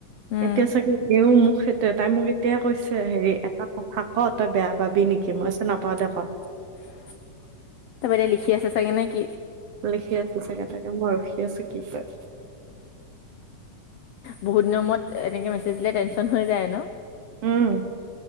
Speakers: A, on the left; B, on the right.
A: উম
B: এতিয়া চাগে এইও মোক সেইটোৱে, তাই মোক এতিয়া কৈছে। হেৰি এটা কথা কওঁ তই বেয়া পাবি নেকি? মই কৈছোঁ নাপাও দে ক?
A: তাৰপা এতিয়া লিখি আছে চাগে, নে কি?
B: লিখি আছে চাগে তাকে, মই ৰখি আছোঁ কি কয়!
A: বহুত দিনৰ মুৰত এনেকে মেছেজ দিলে, টেনচন হৈ যায় ন!
B: উম